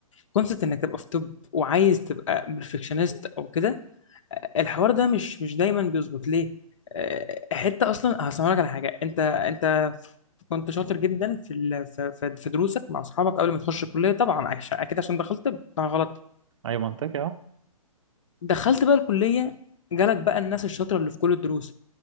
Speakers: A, on the left; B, on the right.
A: كونسبت انك تبقى في طب وعايز تبقى بيرفكشنست او كده آه، الحوار ده مش مش دايما بيظبط ليه آه، حته اصلا هسمع لك على حاجه انت انت كنت شاطر جدا في ال... في في في دروسك مع اصحابك قبل ما تخش الكليه طبعا عش- اكيد عشان دخلت طب طبعا غلط
B: أي منطقي أه
A: دخلت بقى الكليه جالك بقى الناس الشاطره اللي في كل الدروس